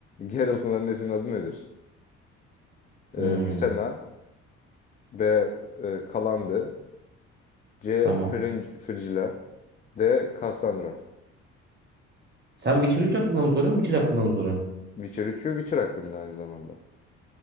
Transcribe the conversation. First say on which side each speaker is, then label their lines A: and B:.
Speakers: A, on the left; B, on the right.
A: Geralt'ın annesinin adı nedir? Ee,
B: Hmm,
A: Visenna. B e, Kalandi. C.
B: tamam.
A: Fringe, Frigila. D. Cassandra.
B: Sen Witcher 3 hakkında mı soruyorsun? Witcher hakkında mı soruyorsun?
A: Witcher 3 ve Witcher hakkında aynı zamanda.